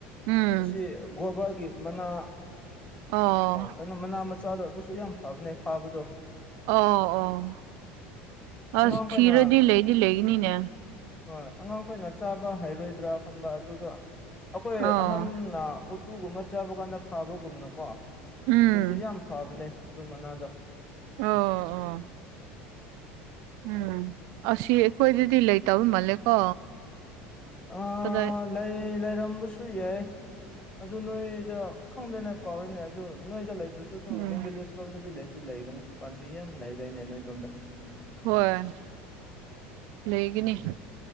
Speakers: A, on the right (about 65°); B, on the left (about 20°).
A: ꯎꯝ
B: ꯑꯁꯤ ꯒꯋ꯭ꯥꯕꯒꯤ ꯃꯅꯥ
A: ꯑꯣ
B: ꯀꯩꯅꯣ ꯃꯅꯥ ꯃꯆꯥꯗꯣ ꯑꯗꯨꯁꯨ ꯌꯥꯝ ꯐꯕꯅꯦ ꯐꯥꯕꯗꯣ
A: ꯑꯣ ꯑꯣ ꯑꯁ
B: ꯑꯉꯥꯡꯈꯣꯏꯅ
A: ꯊꯤꯔꯗꯤ ꯂꯩꯗꯤ ꯂꯩꯒꯅꯤꯅꯦ
B: ꯍꯣꯏ ꯑꯉꯥꯡꯈꯣꯏꯅ ꯆꯥꯕ ꯍꯩꯔꯣꯏꯗ꯭ꯔꯥ ꯈꯟꯕ ꯑꯗꯨꯗꯣ ꯑꯩꯈꯣꯏ
A: ꯑꯣ
B: ꯑꯍꯟꯅ ꯑꯣꯇꯨꯒꯨꯝꯕ ꯆꯥꯕ ꯀꯥꯟꯗ ꯐꯕꯒꯨꯝꯅꯀꯣ
A: ꯎꯝ
B: ꯑꯗꯨꯁꯨ ꯌꯥꯝ ꯐꯕꯅꯦ ꯑꯗꯨ ꯃꯅꯥꯗꯣ
A: ꯑꯣ ꯑꯣ ꯎꯝ ꯑꯁꯤ ꯑꯩꯈꯣꯏꯗꯗꯤ ꯂꯩꯇꯕ ꯃꯥꯜꯂꯦꯀꯣ
B: ꯑ
A: ꯀꯗꯥꯏ
B: ꯂꯩ ꯂꯩꯔꯝꯕꯁꯨ ꯌꯥꯏ ꯑꯗꯨ ꯅꯣꯏꯗ ꯈꯪꯗꯦꯅꯦ ꯀꯥꯎꯔꯦꯅꯦ ꯑꯗꯨ ꯅꯣꯏꯗ ꯂꯩ ꯁꯨ ꯑꯗꯨꯝ
A: ꯎꯝ
B: <unintelligible> ꯚꯂꯦꯖ ꯂꯣꯝꯗꯗꯤ ꯂꯩꯗꯤ ꯂꯩꯒꯅꯤ ꯄꯥꯝꯕꯤ ꯌꯥꯝ ꯂꯩꯗꯥꯏꯅꯦ ꯅꯣꯏ ꯗꯣꯝꯗ
A: ꯍꯣꯏ ꯂꯩꯒꯅꯤ
B: ꯎꯝ